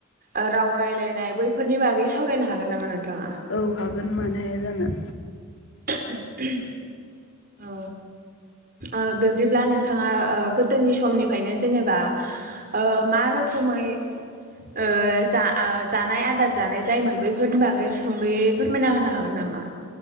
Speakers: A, on the right; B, on the left.
A: ओ राव रायलायनाय बैफोरनि बागै सावरायनो हागोन नामा नोंथाङा?
B: औ हागोन मानो हाया जानो।
A: <unintelligible> औ ओ बिब्दिब्ला नोंथाङा ओ गोदोनि समनिफ्रायनो जेनेबा ओ मा रोखोमै ओ जा ओ जानाय आदार जानाय जायोमोन बैफोरनि बागै सुंदयै फोरमायना होनो हागोन नामा?